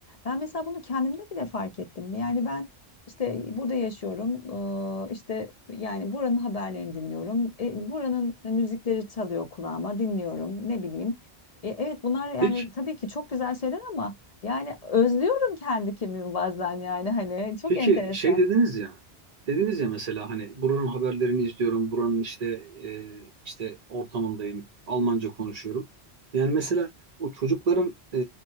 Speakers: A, on the left; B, on the right.
A: Ben mesela bunu kendimde bile fark ettim. Yani ben işte burada yaşıyorum. eee, işte yani buranın haberlerini dinliyorum. E, buranın müzikleri çalıyor kulağıma, dinliyorum. Ne bileyim. E, evet bunlar yani
B: evet.
A: tabii ki çok güzel şeyler ama yani özlüyorum kendi kimliğimi bazen yani hani çok
B: Peki
A: enteresan.
B: şey dediniz ya, dediniz ya mesela hani buranın haberlerini izliyorum, buranın işte e, işte ortamındayım, Almanca konuşuyorum. Yani mesela o çocukların e,